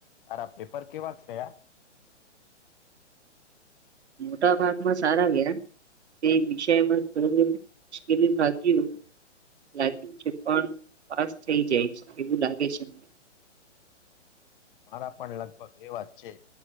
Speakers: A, on the left; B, on the right.
A: તારા પેપર કેવા થયા
B: મોટા ભાગમાં સારા ગયા <unintelligible> વિષયમાં થોડું મુશ્કેલી ભાગ્યું લાગ્યું છે પણ પાસ થઈ જઈશ એવું લાગે છે મને
A: મારા પણ લગભગ એ વાજ છે